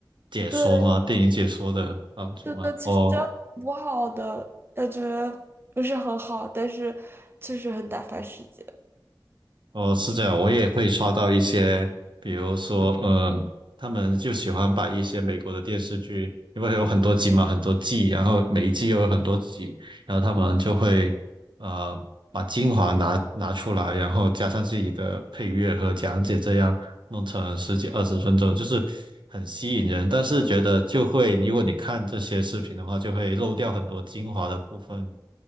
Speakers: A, on the right; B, on the right.
A: 解说吗？
B: 对，
A: 电影解说的 UP 主吗？
B: 这个其实
A: 哦，
B: 不好的，感觉不是很好，但是确实很打发时间。
A: 哦，是这样，我也会刷到一些，比如说，嗯，他们就喜欢把一些美国的电视剧，因为有很多集嘛，很多季，然后每一季又有很多集，然后他们就会，呃，把精华拿拿出来，然后加上自己的配乐和讲解，这样弄成十几二十分钟，就是很吸引人。但是觉得就会，如果你看这些视频的话，就会漏掉很多精华的部分，